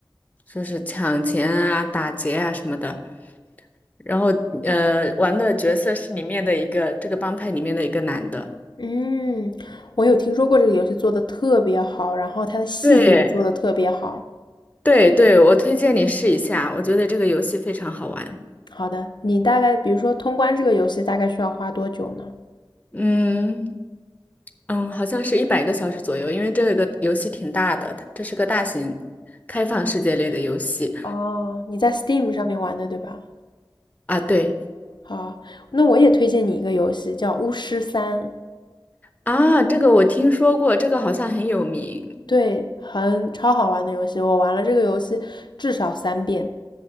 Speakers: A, on the left; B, on the left.
A: 就是抢钱啊、打劫啊什么的，然后呃玩的角色是里面的一个这个帮派里面的一个男的。
B: 嗯，我有听说过这个游戏做的特别好，然后它的细节也做的特别好。
A: 对，对对，我推荐你试一下，我觉得这个游戏非常好玩。
B: 好的，你大概比如说通关这个游戏大概需要花多久呢？
A: 嗯嗯，好像是一百个小时左右，因为这个游戏挺大的，它这是个大型开放世界类的游戏
B: 哦，你在 Steam 上面玩的对吧？
A: 啊。对
B: 好，那我也推荐你一个游戏叫《巫师三》，
A: 啊，这个我听说过，这个好像很有名，
B: 对，很超好玩的游戏，我玩了这个游戏至少三遍，